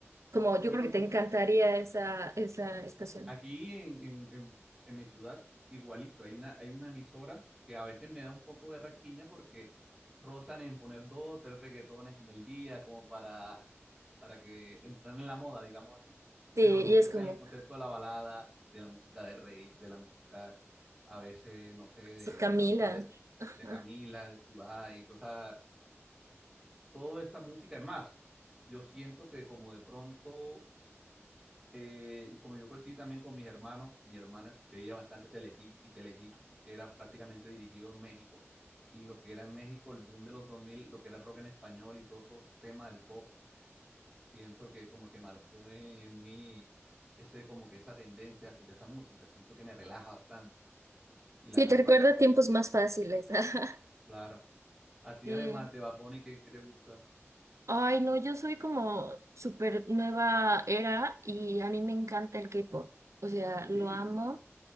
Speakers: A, on the right; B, in the centre.
A: Como yo
B: Bueno,
A: creo que te encantaría esa, esa estación.
B: Aquí en, en- en- en mi ciudad, igualito, hay una, hay una emisora que a veces me da un poco de rasquiña porque rozan en poner dos o tres reggaetones en el día como para, para que entren en la moda, digamos así,
A: Sí,
B: pero
A: y
B: no pierden
A: es como,
B: el concepto de la balada, de la música de Rey, de la música a veces, no sé, de,
A: sí, Camila.
B: hasta de,
A: <laughs>
B: de Camila, de Kudai, toda esa, toda esa música. Es más, yo siento que como de pronto eh, como yo crecí también con mis hermanos, mi hermana veía bastante Telehit y Telehit era prácticamente dirigido en México. Y lo que era en México, el boom de los 2000 lo que era rock en español y todo eso tema del pop, siento que como que marcó en, en mí ese, como que esa tendencia a escuchar esa música. Siento que me relaja bastante y la
A: Sí,
B: canto
A: te recuerda
B: a todo pulmón.
A: a tiempos más fáciles. <laughs>
B: Claro. A ti,
A: Sí.
B: además de Bad Bunny, ¿qué, qué te gusta?
A: Ay, no, yo soy como súper nueva era y a mí me encanta el K-pop. O sea, lo
B: Sí,
A: amo.